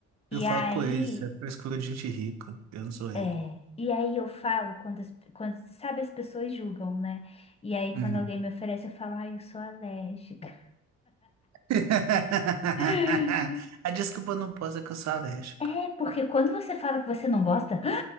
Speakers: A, on the right; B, on the left.
A: Eu
B: E
A: falo
B: aí.
A: com ele, isso é frescura de gente rica. Eu não sou rico.
B: É, e aí eu falo quando, as- quando, sabe, as pessoas julgam, né? E aí quando
A: Uhum.
B: alguém me oferece, eu falo, ai, eu sou alérgica.
A: <laughs>
B: <laughs>
A: A desculpa não posso é que eu sou alérgico.
B: É, porque quando você fala que você não gosta,